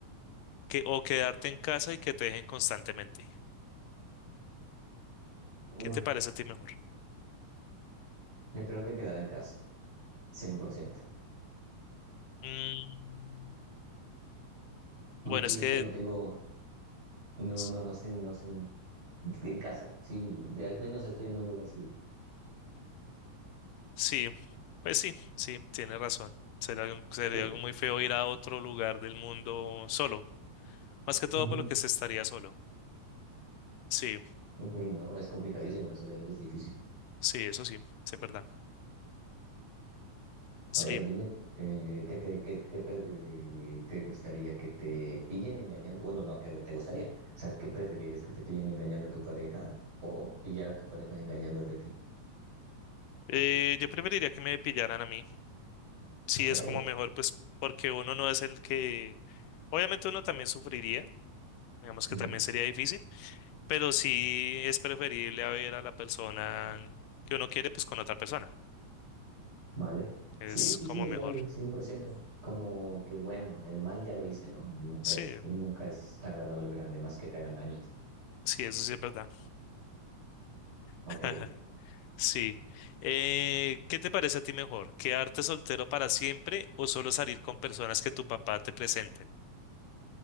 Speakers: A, on the left; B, on the right.
A: que, o quedarte en casa y que te dejen constantemente?
B: Uy,
A: ¿Qué te parece a ti mejor?
B: yo creo que quedará en casa, cien por ciento
A: Mm, bueno,
B: Sí,
A: es que
B: es que no tengo, No,
A: s-
B: no, no sé, no sé. En casa, sí, de al menos estoy en un lugar seguro.
A: sí, pues sí, sí, tienes razón. Sería algo, sería
B: ¿Tú?
A: algo muy feo ir a otro lugar del mundo solo, más que todo
B: Ujú.
A: por lo que se estaría solo. Sí,
B: Ujú, No, es complicadísimo, la soledad es difícil.
A: sí, eso sí, sí es verdad. Sí,
B: A ver, dime, eh, ¿qué te, qué, qué pe- eh, te gustaría? ¿Que te pillen engañando? Bueno, no, que te gustaría. O sea, ¿qué preferirías? ¿Que te pillen engañando a tu pareja o pillar a tu pareja engañándote a ti?
A: Eh, yo preferiría que me pillaran a mí. sí
B: Ok.
A: es como mejor, pues porque uno no es el que, obviamente uno también sufriría, digamos
B: Ujú.
A: que también sería difícil, pero sí es preferible a ver a la persona que uno quiere, pues con otra persona.
B: Vale.
A: Es
B: Sí, sí,
A: como
B: sí, es
A: mejor.
B: válido, cien por ciento Como que, bueno, el mal ya lo hice, ¿no? No, es,
A: Sí,
B: nunca es agradable ver además que te hagan daño. a ti.
A: sí, eso sí es verdad.
B: Ok.
A: <laughs> Sí. Eh, ¿qué te parece a ti mejor? ¿Quedarte soltero para siempre o solo salir con personas que tu papá te presenten?